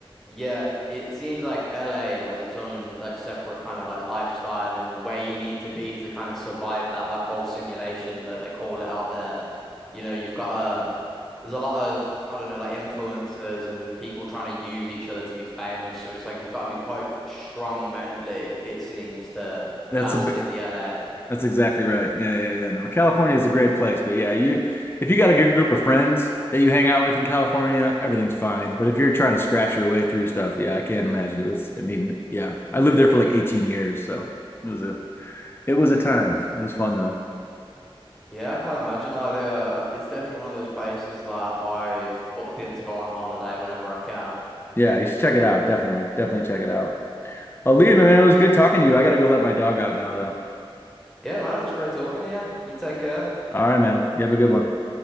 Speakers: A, in the centre; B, on the left.
A: Yeah, it seems like LA has its own like separate kind of like lifestyle and where you need to be to kind of survive that like whole simulation that they call it out there. You know, you've got a there's a lot of I don't know like influencers and just people trying to use each other to be famous. So it's like you've got to be quite strong mentally, it seems, to
B: That's
A: last
B: a big-
A: in the LA.
B: That's exactly right. Yeah, yeah, yeah. No, California is a great place, but yeah, you if you got a good group of friends that you hang out with in California, everything's fine. But if you're trying to scratch your way through stuff, yeah, I can't imagine it was. I mean, yeah, I lived there for like 18 years, so it was a it was a time. It was fun though.
A: Yeah, I can't imagine. I, uh, it's definitely one of those places that I've booked in to go on holiday whenever I can.
B: Yeah, you should check it out. Definitely, definitely check it out. Alina, man, it was good talking to you. I gotta go let my dog out now, though.
A: Yeah, man, it was great talking to you. You take care.
B: All right, man. You have a good one.